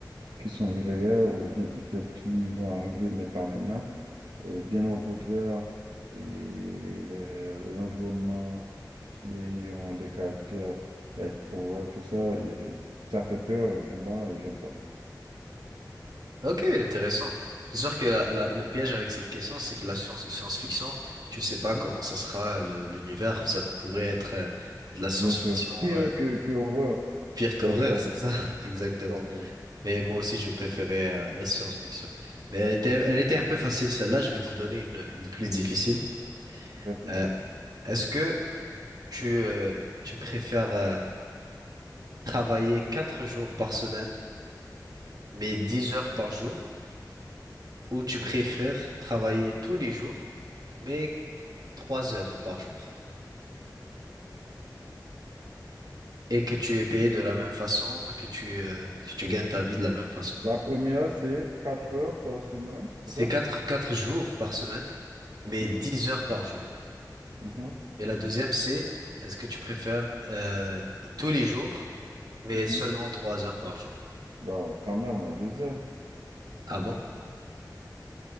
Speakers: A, on the right; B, on the right.
A: qui sont irréels ou bien peut-être qui vont arriver, mais pas maintenant. Euh, bien au contraire, et les- l'environnement qui est- ont des caractères, like horreur, tout ça, et ça fait peur. Et pour moi, j'aime pas.
B: Ok, intéressant. C'est sûr que la- la- le piège avec cette question, c'est que la science, le science-fiction, tu sais pas
A: Hmm.
B: comment ça sera le- l'univers. Ça pourrait être euh, de la science-fiction
A: Bien sûr. Pire
B: euh,
A: que, que horreur.
B: pire qu'horreur,
A: That's right.
B: c'est ça? <laughs> Exactement.
A: Tu raison.
B: Mais moi aussi, je préférais euh, la science-fiction. Mais elle était, elle était un peu facile, celle-là. Je vais te donner une, une plus difficile.
A: Vas-y,
B: Euh,
A: bah.
B: est-ce que tu, euh, tu préfères euh, travailler quatre jours par semaine, mais 10 heures par jour, ou tu préfères travailler tous les jours, mais 3 heures par jour, et que tu es payé de la même façon, que tu, euh, que tu gagnes ta vie de la même façon?
A: La première, c'est 4 heures par semaine, c'est
B: C'est
A: ça?
B: quatre, quatre jours par semaine, mais
A: Mhm,
B: 10 heures par jour.
A: mhm,
B: Et la deuxième, c'est est-ce que tu préfères euh, tous les jours, mais
A: mhm.
B: seulement trois heures par jour?
A: Bah, quand même, la deuxième.
B: Ah bon?